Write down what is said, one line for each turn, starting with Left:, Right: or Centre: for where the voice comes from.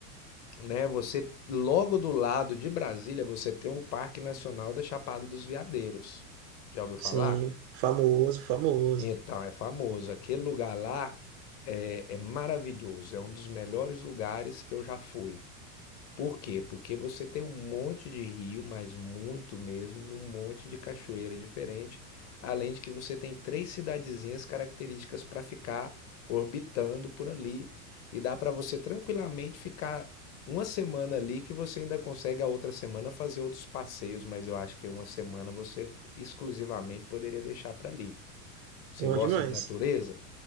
Left: né, você logo do lado de Brasília, você tem o Parque Nacional da Chapada dos Veadeiros. Já ouviu falar?
Right: sim. Famoso, famoso.
Left: Então, é famoso. Aquele lugar lá é, é maravilhoso. É um dos melhores lugares que eu já fui. Por quê? Porque você tem um monte de rio, mas muito mesmo, e um monte de cachoeira diferente. Além de que você tem três cidadezinhas características para ficar orbitando por ali. E dá para você tranquilamente ficar uma semana ali, que você ainda consegue a outra semana fazer outros passeios. Mas eu acho que uma semana você exclusivamente poderia deixar para ali. Você
Right: Bom
Left: gosta
Right: demais.
Left: de natureza?